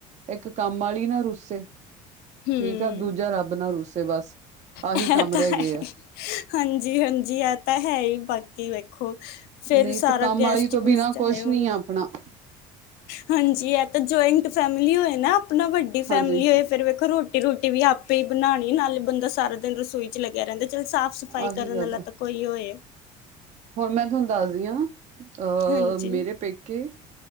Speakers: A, on the right; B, on the left.
A: ਇੱਕ ਕੰਮ ਵਾਲੀ ਨਾ ਰੁੱਸੇ
B: ਹੂੰ
A: ਠੀਕ ਆ, ਦੂਜਾ ਰੱਬ ਨਾ ਰੂਸੇ ਬਸ, ਆਹੀ
B: ਇਹ
A: ਕੰਮ
B: ਹਾਂਜੀ,
A: ਰਹਿ ਗਏ ਆ
B: ਹਾਂਜੀ ਆਹ ਤਾਂ ਹੈ ਹੀ ਬਾਕੀ ਵੇਖੋ ਫੇਰ
A: ਨਹੀਂ
B: ਸਾਰਾ,
A: ਤੇ ਕੰਮ
B: ਗੈਸਟ
A: ਵਾਲੀ ਤੋਂ ਬਿਨਾਂ
B: ਗੁਸਟ
A: ਕੁਛ
B: ਆਏ ਹੁਣ
A: ਨੀ ਆ ਆਪਣਾ
B: ਹਾਂਜੀ ਇਹ ਤਾਂ ਜੁਆਇੰਟ ਫੈਮਿਲੀ ਹੋਏ ਨਾ, ਆਪਣਾ ਵੱਡੀ ਫੈਮਿਲੀ
A: ਹਾਂਜੀ
B: ਹੋਏ ਫਿਰ ਰੋਟੀ-ਰੂਟੀ ਵੀ ਆਪੇ ਹੀ ਬਣਾਉਣੀ, ਨਾਲੇ ਬੰਦਾ ਸਾਰਾ ਦਿਨ ਰਸੋਈ ਲੱਗਿਆ ਰਹਿੰਦਾ, ਚਲ ਸਾਫ਼ ਸਫ਼ਾਈ
A: ਆਹੀ
B: ਕਰਨ
A: ਗੱਲ
B: ਵਾਲਾ
A: ਆ
B: ਤਾਂ ਕੋਈ ਹੋਏ।
A: ਹੁਣ ਮੈਂ ਤੁਹਾਨੂੰ ਦੱਸਦੀ ਹਾਂ, ਅਹ
B: ਹਾਂਜੀ
A: ਮੇਰੇ ਪੇਕੇ